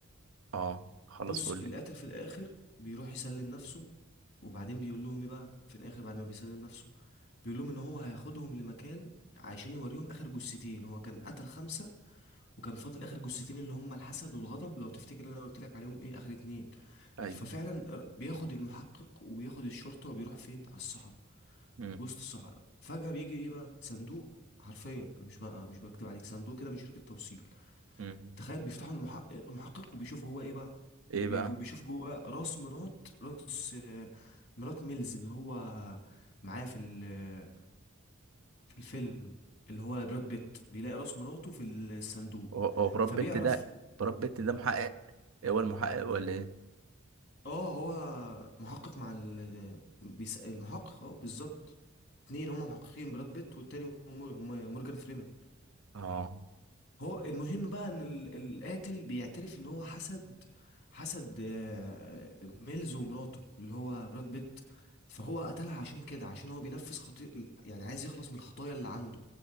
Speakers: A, on the right; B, on the left.
A: اه خلاص
B: بص
A: قول
B: القاتل في الاخر بيروح يسلم نفسه وبعدين بيقول لهم ايه بقى في الاخر بعد ما بيسلم نفسه بيقول لهم ان هو هياخدهم لمكان عشان يوريهم اخر جثتين هو كان قتل خمسة وكان فاضل اخر جثتين اللي هم الحسد والغضب لو تفتكر ان انا قلت لك عليهم ايه اخر اتنين
A: ايوه
B: ففعلا ر- بياخد المحقق وبياخد الشرطة وبيروح فين على الصحراء
A: مم.
B: وسط الصحراء فجأة بيجي ايه بقى صندوق حرفيا انا مش بقى مش بكتب عليك صندوق كده من شركة توصيل
A: مم.
B: تخيل بيفتحوا المحقق المحقق وبيشوف جواه ايه بقى
A: ايه
B: بيجو-
A: بقى
B: بيشوف جواه راس مرات راس آه، مرات ميلز اللي هو معاه في ال- في الفيلم اللي هو براد بيت بيلاقي راس مراته في الصندوق
A: هو هو براد
B: فبيعرف
A: بيت ده براد بيت ده محقق إيه هو المحقق ولا ايه
B: اه هو محقق مع ال... بيسأل المحقق اه بالظبط اتنين هما محققين براد بيت والتاني مور- مورجان فريمان
A: اه
B: هو المهم بقى ان ال- القاتل بيعترف ان هو حسد حسد آه، ميلز ومراته اللي هو براد بيت فهو قتلها عشان كده عشان هو بينفذ خطيئة يعني عايز يخلص من الخطايا اللي عنده